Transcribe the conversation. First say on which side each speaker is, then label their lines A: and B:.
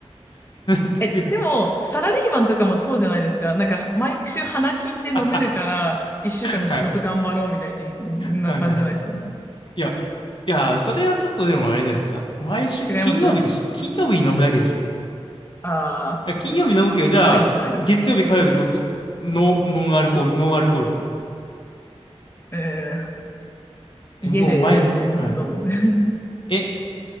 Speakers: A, on the left; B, on the left.
A: しくなっちゃ
B: え、でも、サラリーマンとかもそうじゃないですか。なんか、毎週花金で飲めるから、
A: う <laughs>
B: 一週間の仕事頑張ろうみたいな、
A: はい。はい、
B: な感じじゃないです。
A: はい。いや、いや、それはちょっとでもあれじゃないですか。毎週金曜日でしょ金曜日に飲むだけでしょ
B: 違いますああー、
A: いや、金曜日飲むけど、
B: そっかそっか、
A: じゃあ、
B: 毎日じゃないのか。
A: 月曜日、火曜日どうするノ、ノンアルコール、ノンアルコールする。
B: えー、家でえー飲むね。
A: え、もう毎日、はい。え、